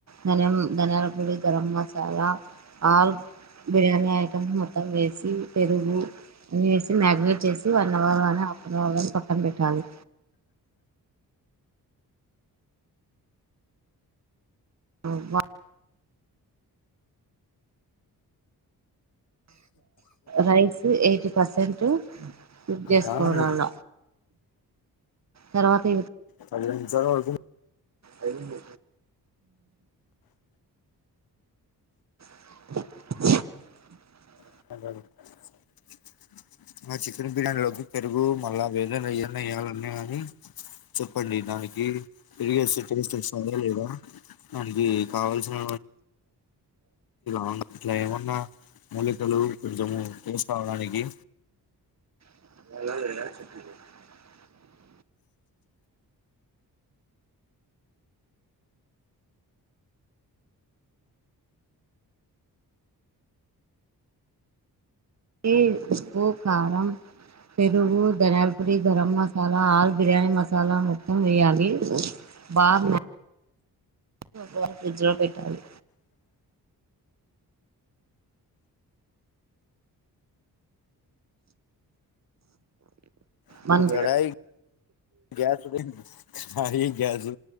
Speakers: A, on the right; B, on the left.
A: ధనియం ధనియాల పొడి గరం మసాలా ఆల్ బిర్యానీ ఐటమ్స్ మొత్తం వేసి పెరుగు అన్ని వేసి మ్యాగనైట్ చేసి అన్న వాళ్ళనే అప్పుడ అవన్నీ పక్కన పెట్టాలి బ రైస్ ఎయిటీ పర్సెంట్ పుజ్ చేసుకోడాల
B: దానంగా
A: తర్వాత ఏంటి
B: పదివేలు ఈ జరావాళ్ళకు
A: అయిందా <unintelligible>
B: <unintelligible> నా చికెన్ బిర్యానీలోకి పెరుగు మళ్ళా వేరేది ఏన్న వయ్యాలన్నా అని చెప్పండి దానికి పెరిగి వస్తే టేస్ట్ వస్తుందా లేదా దానికి కావాల్సిన అ ఇట్లా ఏమన్నా మూలికలు కొంచెము తీసుకోవడానికి.
A: <unintelligible> ఈ కారం పెరుగు దానలపొడి గరంమసాలా మసాలా ఆల్ బిర్యానీ మసాలా మొత్తం వెయ్యాలి బామ ఒకే గాని ఫ్రిడ్జ్ లో పెట్టాలి
B: ఇప్పుడు
A: మన్
B: కడాయి గ్యాస్ అవి గ్యాస్